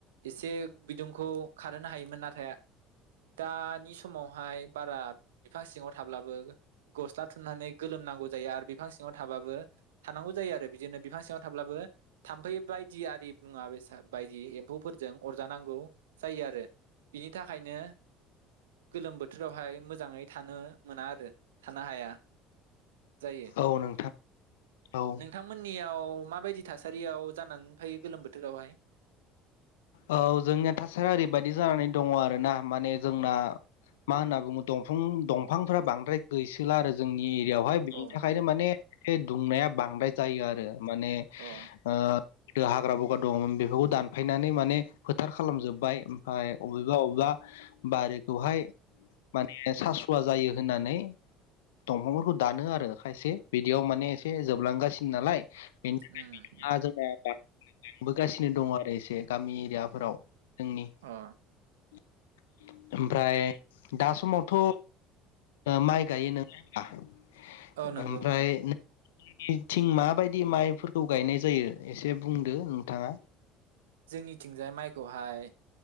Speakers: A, on the right; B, on the left.
A: एसे बिदुंखौ खारहोनो हायोमोन नाथाय दानि समावहाय बारा बिफां सिङाव थाब्लाबो गस्ला थुननानै गोलोमनांगौ जायो आरो बिफां सिङाव थाबाबो थानांगौ जायो आरो बिदिनो बिफां सिङाव थाब्लाबो थाम्फै बायदि आरि मुवा बेसा बायदि एम्फौफोरजों अरजानां गौ जायो आरो बिनि थाखायनो गोलोम बोथोरावहाय मोजाङै थानो मोना आरो थानो हाया। जायो
B: औ नोंथां औ
A: नोंथांमोननियाव माबायदि थासारियाव जानानै फैयो गोलोम बोथोरावहाय?
B: औ जोंनिया थासारिया ओरैबायददि जानानै दङ आरोना माने जोंना मा होनना बुङो दंफां दंफांफोरा बांद्राय गैसोला आरो जोंनि बेवहाय बिनि
A: अ
B: थाखायनो माने बे दुंनाया बांद्राय जायो आरो माने
A: अ
B: ओ गोदो हाग्रा बंग्रा दङमोन बेफोरखौ दानफायनानै माने फोथार खालाम जोबबाय ओमफ्राय बबेबा बबेबा बरि बेवहाय माने सासुवा जायो होननानै दंफांफोरखौ दानो आरो खायसे बिदियाव माने एसे जोबलांगासिनो नालाय बेनिफ्राय
A: उम
B: <inaudible> बिदुंङा जोंना बां बोगासिनो दङो आरो एसे गामि एरियाफोराव जोंनि
A: अ
B: <unintelligible> ओमफ्राय दा समावथ माइ गायो नंङा होनबा
A: औ नंगौ
B: ओमफ्राय
A: नोंथां
B: <unintelligible> थिं माबायदि माइफोरखौ गायनाय जायो एसे बुंदो नोंथाङा
A: जोंनिथिंजाय माइखौहाय